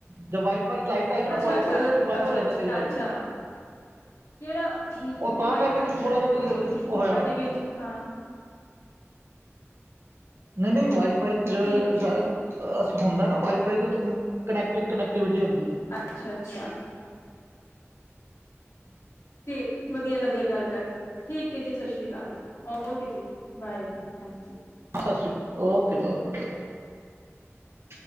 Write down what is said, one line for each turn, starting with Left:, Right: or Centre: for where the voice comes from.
Right: ਜਦ ਵਾਈਫਾਈ ਲਾਈਟ ਆਈ ਹੈ ਨਾ
Left: ਅੱਛਾ-ਅੱਛਾ-ਅੱਛਾ-ਅੱਛਾ-ਅੱਛਾ,
Right: ਵਾਈਫਾਈ ਵਿੱਚ ਬੰਦ ਹੋ ਜਾਂਦਾ ਕਈ ਵਾਰੀ
Left: ਕੇੜਾ
Right: ਉਹ
Left: ਨੀ
Right: ਤਾਂ
Left: ਵਾਈਫਾਈ
Right: ਕਰਕੇ ਵੀ ਥੋੜ੍ਹਾ
Left: ਦਾ ਤੇ ਕੋਈ
Right: ਜਿਹਾ
Left: ਰੋਲ
Right: ਉਹ
Left: ਹੀ ਨ੍ਹੀਂ
Right: ਹੋਇਆ
Left: ਹੈਗਾ
Right: ਹੋਣਾ
Left: ਜੀ ਵਿਚ, ਹਾਂ।
Right: ਨਹੀਂ-ਨਹੀਂ, ਵਾਈਫਾਈ ਜੇੜਾ
Left: ਠੀਕ ਹੈ
Right: ਸ
Left: ਠੀਕ ਹੈ
Right: ਅਸ ਹੁੰਦੈ ਵਾਈਫਾਈ ਦਾ ਤਅ ਕਨੈਕਟ ਕਨੈਕਟੀਵਿਟੀ ਹੁੰਦੀ ਏ।
Left: ਅੱਛਾ ਅੱਛਾ ਠੀਕ ਏ ਵਧੀਆ ਲੱਗਿਆ। ਗੱਲ ਕਰਕੇ, ਠੀਕ ਐ ਜੀ ਸਤ ਸ਼੍ਰੀ ਅਕਾਲ, ਓਕੇ ਜੀ, ਬਾਏ ਹਾਂਜ
Right: ਸਤ ਸ਼੍ਰੀ ਓਕੇ ਓਕੇ ਓ